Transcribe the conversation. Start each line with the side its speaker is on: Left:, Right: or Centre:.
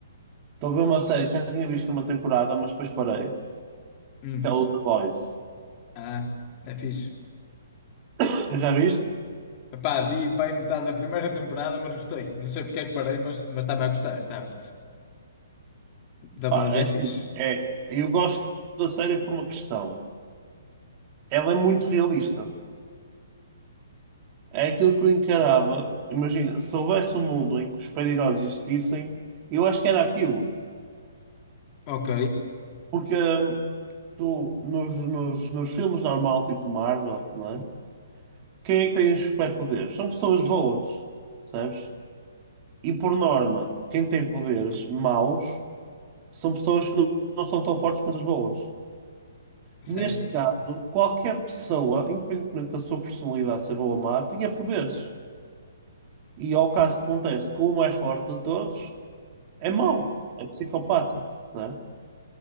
Right: estou a ver uma série que já tinha visto uma temporada, mas depois parei,
Left: Hum.
Right: que é o The Boys.
Left: Ah, é fixe.
Right: <laughs> Já viste?
Left: Epá, vi pá, em metade da primeira temporada, mas gostei. Não sei porque é que parei, mas mas estava a gostar. Estava. Da
Right: Pá,
Left: Boys é
Right: é assim,
Left: fixe.
Right: é, eu gosto da série por uma questão. Ela é muito realista. É aquilo que eu encarava. Imagina, se houvesse um mundo em que os super-heróis existissem, eu acho que era aquilo.
Left: Ok,
Right: Porque hum, tu, nos, nos, nos filmes normal, tipo Marvel, não é? Quem é que tem os superpoderes? São pessoas boas, percebes? E por norma, quem tem poderes maus são pessoas que não, não são tão fortes quanto as boas.
Left: certo.
Right: Neste caso, qualquer pessoa, independentemente da sua personalidade ser boa ou má, tinha poderes. E ao caso que acontece que o mais forte de todos é mau, é psicopata, né?